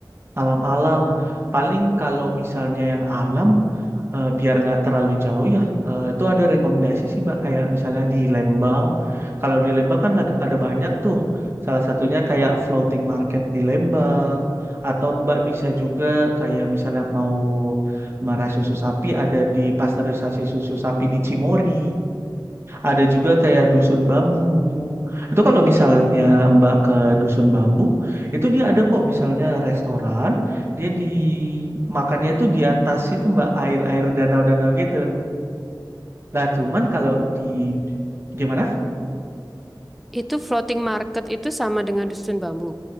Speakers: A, on the right; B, in the centre.
A: Alam-alam. Paling kalau misalnya yang alam, eh, biar nggak terlalu jauh ya eh, itu ada rekomendasi sih Mbak kayak misalnya di Lembang kalau di Lembang kan lag- ada banyak tuh salah satunya kayak floating market di Lembang atau Mbak bisa juga kayak misalnya mau merah susu sapi ada di pasteurisasi susu sapi di Cimory ada juga kayak dusun bambu. Itu kalau misalnya Mbak ke dusun bambu, itu dia ada kok misalnya restoran, dia di makannya itu di atas itu Mbak air-air danau-danau gitu. Nah, cuman kalau di gimana?
B: Itu floating market itu sama dengan dusun bambu.